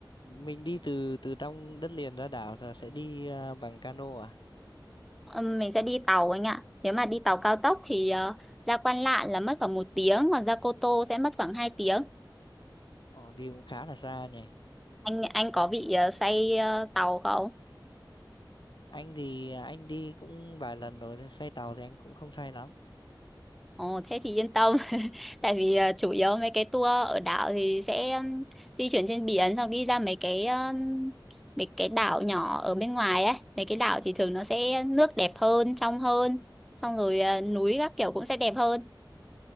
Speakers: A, on the left; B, in the centre.
A: Mình đi từ từ trong đất liền ra đảo là sẽ đi à, bằng cano à?
B: Ừm, mình sẽ đi tàu anh ạ. Nếu mà đi tàu cao tốc thì ờ, ra Quan Lạn là mất khoảng một tiếng, còn ra Cô Tô sẽ mất khoảng 2 tiếng.
A: Ồ, đi cũng khá là xa nhỉ.
B: Anh anh có bị ờ, say ờ, tàu không?
A: Anh thì à, anh đi cũng vài lần rồi, thế say tàu thì anh cũng không say lắm.
B: Ồ, thế thì yên tâm. <laughs> Tại vì ờ, chủ yếu mấy cái tour ở đảo thì sẽ ừm, di chuyển trên biển xong đi ra mấy cái ừm, mấy cái đảo nhỏ ở bên ngoài ấy. Mấy cái đảo thì thường nó sẽ nước đẹp hơn, trong hơn, xong rồi ờ, núi các kiểu cũng sẽ đẹp hơn.